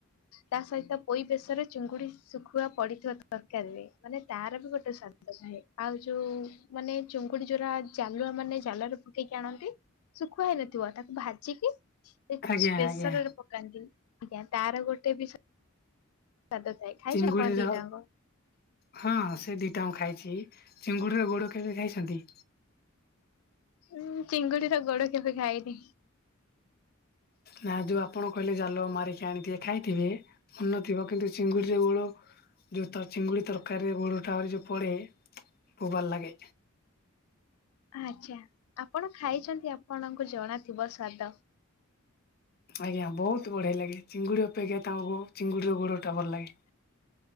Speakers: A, on the left; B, on the left.
A: ତା ସହିତ ପୋଇ ବେଶରେ ଚୁଙ୍ଗୁଡି ଶୁଖୁଆ ପଡିଥିବା ତରକାରୀ ରେ। ମାନେ ତାର ବି ଗୋଟେ ସ୍ୱାଦ ଥାଏ ଆଉ ଯୋଉ ମାନେ ଚୁଙ୍ଗୁଡି ଯୋରା ଜାଲୁଆ ମାନେ ଜାଲ ରେ ପକେଇକି ଆଣନ୍ତି ଶୁଖୁଆ ହେଇନଥିବ ତାକୁ ଭାଜିକି
B: ଆଜ୍ଞା
A: ସ୍ପେସରରେ
B: ଆଜ୍ଞା
A: ପକାନ୍ତି ଆଜ୍ଞା ତାର ଗୋଟେ ବିଷ ସ୍ୱାଦ ଥାଏ।
B: ଚିଙ୍ଗୁଡ଼ିର
A: ଆପଣ ଦିଟାଙ୍କ?
B: ହଁ ସେ ଦିଟା ମୁଁ ଖାଇଛି ଚିଙ୍ଗୁଡିର ଗୋଡ କେବେ ଖାଇଛନ୍ତି?
A: ଉଁ ଚିଙ୍ଗୁଡିର ଗୋଡ କେବେ ଖାଇନି।
B: ନା ଯେଉଁ ଆପଣ କହିଲେ ଜାଲ ମାରିକି ଆଣିଥିବେ ଖାଇଥିବେ ମାନେ ନଥିବ କିନ୍ତୁ ଚିଙ୍ଗୁଡ଼ିର ଗୋଡ ଯୋଉ ଚିଙ୍ଗୁଡ଼ି ତରକାରୀରେ ଗୋଡ ଟା ଆଉରି ଯୋଉ ପଡେ ବହୁତ ଭଲ ଲାଗେ।
A: ଆଚ୍ଛା ଆପଣ ଖାଇଛନ୍ତି ଆପଣଙ୍କୁ ଜଣାଥିବ ସ୍ଵାଦ।
B: ଆଜ୍ଞା ବହୁତ ବଢିଆ ଲାଗେ ଚିଙ୍ଗୁଡ଼ି ଅପେକ୍ଷା ତାଙ୍କୁ ଚିଙ୍ଗୁଡିର ଗୋଡଟା ଭଲ ଲାଗେ।